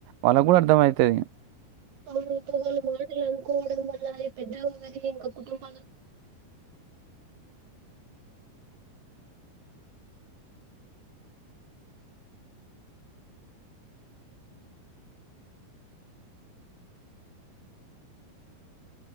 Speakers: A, on the right; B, on the right.
A: వాళ్ళ గూడా అర్థ అయితది.
B: అవును ఇంకోగల్ మాటలు అనుకోవడం వల్ల పెద్దరి ఇంకా కుటుంబాలు